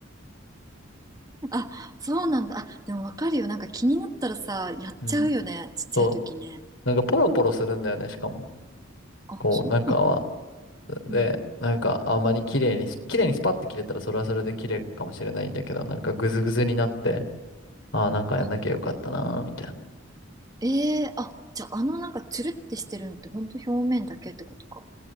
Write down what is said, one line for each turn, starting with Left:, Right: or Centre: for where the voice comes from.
Right: あ、そうなんだ。あ、でもわかるよ。なんか気になったらさ、やっちゃうよね。
Left: うん。
Right: ちっちゃい時ね。
Left: そう。なんか、ポロポロするんだよね、しかも。
Right: あ、
Left: こう、
Right: そうなの
Left: 中は。で、
Right: うん。
Left: なんか、あんまり綺麗に綺麗にスパッて切れたら、それはそれで綺麗かもしれないんだけど、なんか、グズグズになって、ああ、なんかやんなきゃよかったなー、
Right: あ、
Left: みたいな。
Right: えー、あ、じゃああのなんかつるってしてるのってほんと表面だけってことか。